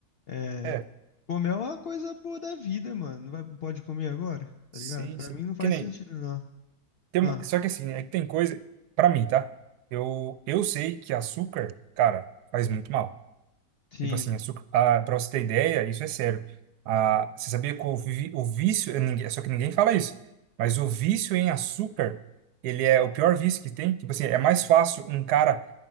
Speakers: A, on the left; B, on the right.
A: é,
B: É,
A: comer é uma coisa boa da vida, mano. Não vai, não pode comer agora,
B: sim,
A: tá ligado? Pra
B: sim.
A: mim não faz
B: Que nem,
A: sentido, não.
B: tem
A: Ah,
B: uma- só que assim, é que tem coisa, pra mim, tá? Eu, eu sei que açúcar, cara, faz muito mal.
A: sim.
B: Tipo assim, açúcar, ah, pra você ter ideia, isso é sério. Ah, você sabia que o, vi- o vício, eh, ninguém- só que ninguém fala isso, mas o vício em açúcar, ele é o pior vício que tem. Tipo assim, é mais fácil um cara,